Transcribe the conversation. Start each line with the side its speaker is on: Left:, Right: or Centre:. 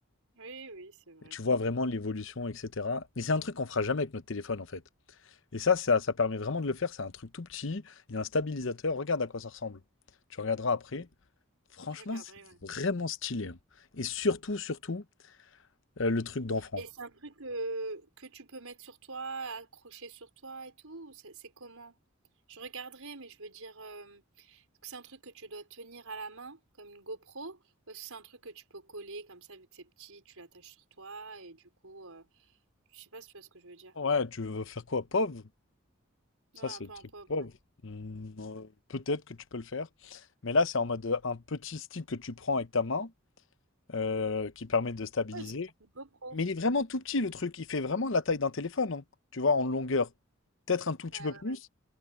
Right: Oui, oui, c'est vrai.
Left: Et tu vois vraiment l'évolution, etc. Mais c'est un truc qu'on fera jamais avec notre téléphone, en fait. Et ça, ça, ça permet vraiment de le faire, c'est un truc tout petit, il y a un stabilisateur, regarde à quoi ça ressemble. Tu regarderas après. Franchement,
Right: Je regarderai.
Left: c'est
Right: ouais.
Left: vraiment stylé. hein. Et surtout, surtout, euh, le truc d'enfant.
Right: Et c'est un truc euh, que tu peux mettre sur toi, accrocher sur toi et tout, ou c'est c'est comment? Je regarderai, mais je veux dire, euh, est-ce que c'est un truc que tu dois tenir à la main, comme une GoPro, ou est-ce que c'est un truc que tu peux coller comme ça, vu que c'est petit, tu l'attaches sur toi, et du coup, euh, je sais pas si tu vois ce que je veux dire.
Left: Ouais, tu veux faire quoi? POV?
Right: Ouais,
Left: Ça,
Right: un
Left: c'est
Right: peu
Left: le
Right: un
Left: truc
Right: pauvre,
Left: POV.
Right: ouais.
Left: Hmm, euh, peut-être que tu peux le faire. Mais là, c'est en mode euh, un petit stick que tu prends avec ta main euh, qui permet de stabiliser.
Right: Ouais, c'est comme une GoPro.
Left: Mais il est vraiment tout petit, le truc. Il fait vraiment la taille d'un téléphone, hein, tu vois, en longueur. Peut-être un tout petit
Right: Ouais,
Left: peu
Right: ouais,
Left: plus.
Right: ouais.